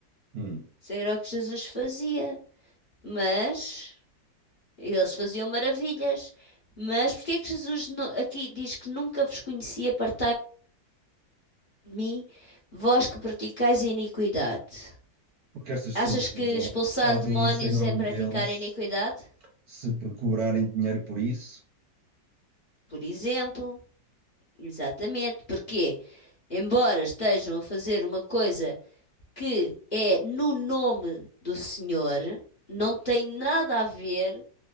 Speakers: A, on the right (about 65°); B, on the left (about 35°).
A: Hum.
B: Isso era o que Jesus fazia. Mas eles faziam maravilhas. Mas porque é que Jesus nu- aqui diz que nunca vos conhecia, partai mim, vós que praticais a iniquidade.
A: Porque estas
B: Achas
A: pessoas
B: que
A: usam,
B: expulsar
A: fazem
B: demónios
A: isso em nome
B: é praticar
A: deles,
B: a iniquidade?
A: se por cobrarem dinheiro por isso,
B: Por exemplo, exatamente, porque, embora estejam a fazer uma coisa que é no nome do Senhor, não tem nada a ver